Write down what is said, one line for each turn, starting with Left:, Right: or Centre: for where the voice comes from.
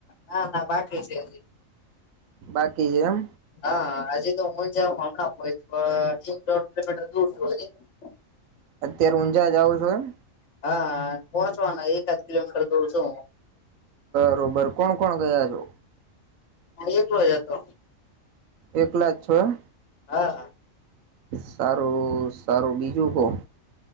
Left: ના ના બાકી છે.
Right: બાકી છે એમ
Left: હા આજે તો હું જ હમણાં <unintelligible> એક દોઢ કિલોમીટર દૂર <unintelligible>
Right: અત્યારે ઊંઝા જા છો એમ
Left: હા પહોંચવાના એક જ કિલોમીટર દૂર છું
Right: બરોબર કોણ કોણ ગયા છો
Left: હુ એકલો જ હતો
Right: એકલા જ છો એમ
Left: હા
Right: સારું સારું બીજું કોહ